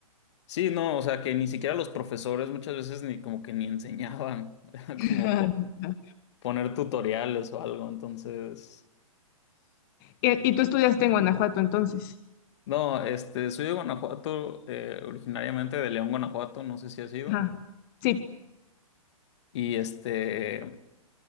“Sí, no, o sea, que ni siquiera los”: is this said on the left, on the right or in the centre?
Left